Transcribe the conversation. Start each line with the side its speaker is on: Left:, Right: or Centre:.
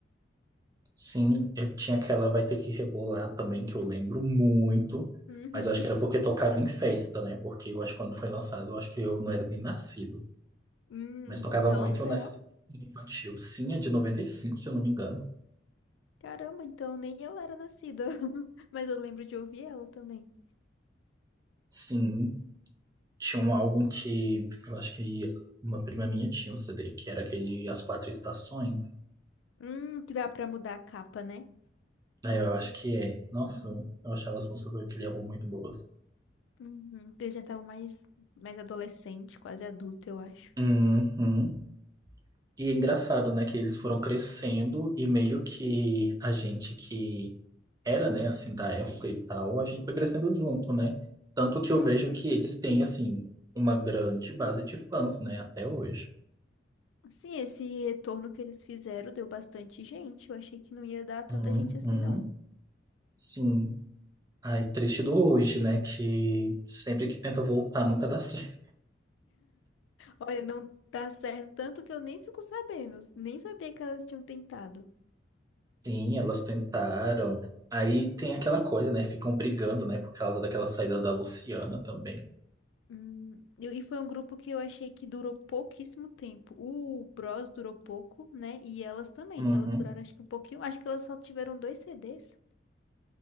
Right: Sim, eu tinha aquela Vai Ter Que Rebolar também, que eu lembro muito,
Left: Uhum.
Right: mas eu acho que era porque tocava em festa, né? Porque eu acho que quando foi lançado, eu acho que eu não era nem nascido,
Left: Hum,
Right: mas tocava
Left: não,
Right: muito
Left: será?
Right: nessa infantil. Sim, é de 95 se eu não me engano.
Left: Caramba, então nem eu era nascida. <laughs> Mas eu lembro de ouvir ela também.
Right: Sim, tinha um álbum que eu acho que uma prima minha tinha um CD, que era aquele As Quatro Estações.
Left: Hum, que dá pra mudar a capa, né?
Right: Aí eu acho que é. Nossa, eu achava as músicas daquele álbum muito boas.
Left: Uhum. Eu já tava mais, mais adolescente, quase adulto, eu acho.
Right: Uhum. E é engraçado, né, que eles foram crescendo e meio que a gente que era, né, assim, da época e tal, a gente foi crescendo junto, né? Tanto que eu
Left: Uhum.
Right: vejo que eles têm, assim, uma grande base de fãs, né, até hoje.
Left: Sim, esse retorno que eles fizeram deu bastante gente. Eu achei que não ia dar tanta
Right: Uhum.
Left: gente assim, não.
Right: Sim. Ai, triste do hoje, né, que sempre que tenta voltar nunca dá <laughs> certo.
Left: Olha, não dá certo tanto que eu nem fico sabendo. Nem sabia que elas tinham tentado.
Right: Sim, elas tentaram. Aí tem aquela coisa, né, ficam brigando, né, por causa daquela saída da Luciana também.
Left: Hum, e e foi um grupo que eu achei que durou pouquíssimo tempo. O Bros durou pouco, né? E elas também.
Right: Uhum.
Left: Elas duraram acho que um pouquinho. Acho que elas só tiveram dois CDs.